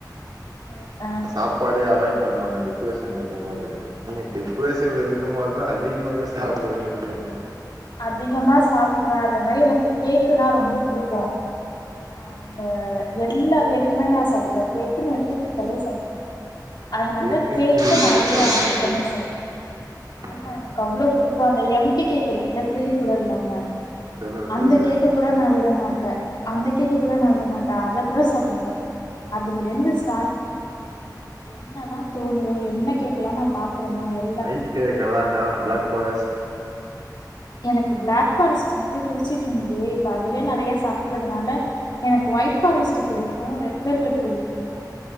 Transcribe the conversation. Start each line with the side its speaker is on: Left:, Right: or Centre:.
Left: அ ஆ
Right: சாப்பாடே அவாய்ட் பண்ணுவாங்க டிப்ரஷன்ல இருக்கும்மோது நீங்க டிப்ரஷன்ல இருக்கும்மோதா அதிகமாவே சாப்டுவேன்றீங்க
Left: அதிகமா சாப்புடுவ அதேமரி எனக்கு கேக்குனா ரொம்ப புடிக்கும் ஆ அந்த எல்லா கேக்கும்மே நா சாப்டுவ கேக்குன்னு எழுதி குடுத்தாலே சாப்புடுவ அதனால
Right: கேக்குன்னு
Left: கேக்கும்
Right: ஹெல்தியா
Left: நெறைய
Right: சாப்ட
Left: ஆட்ரு
Right: சாப்டுவீங்க
Left: பண்ணி சாப்டுவ
Right: ஆ
Left: ஆமா எனக்கு அவ்ளோ புடிக்கும் அந்த எம்டி கேக் இருக்குள்ள க்ரீம் கூட இல்லாம
Right: சொல்லுங்க
Left: அந்த
Right: சொல்லுங்க
Left: கேக்கு கூட நா விட மாட்ட அந்த கேக்கு
Right: ஆ
Left: கூட நா விடமாட் ட அத கூட சாப்புடுவ அதுலேந்து ஸ்டாட் பண்ணி எனக்கு என்னலா தோணுதோ என்ன கேக்குலா நா பாக்றனோ எப்
Right: ஐஸ் கேக்கலாங்க்கா ப்ளாக் ஃபாரஸ்
Left: எனக்கு ப்ளாக் ஃபாரஸ் முன்னாடி புடிச்சிட்ருந்துது இப்ப அதுவே நெறைய சாப்புறதுனால எனக்கு ஒயிட் ஃபாரஸ்ட்டு புடிக்கும் ரெட் வெல்வட் புடிக்கும்